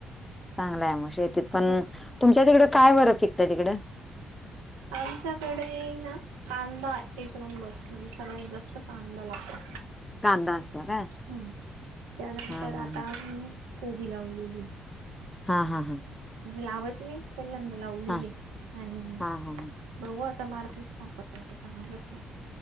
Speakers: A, on the left (about 15°); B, on the right (about 75°).
A: चांगलाय मग शेतीत पण.
B: ह
A: तुमच्या तिकड काय बर पिकतंय तिकडं?
B: आमच्याकडे ना? कांदा एक नंबर म्हणजे सगळ्यात जास्त कांदा लागतो.
A: कांदा असतो काय?
B: हम् त्यानंतर
A: हां, हां,
B: आता
A: हां.
B: मी कोबी लावलेली.
A: हा हां हां.
B: जे लावत नाही पहिल्यांदा लावलेलीय
A: हां,
B: आणि
A: हां, हां, हां.
B: बघू आता मार्केट सापडलं त चांगलंचय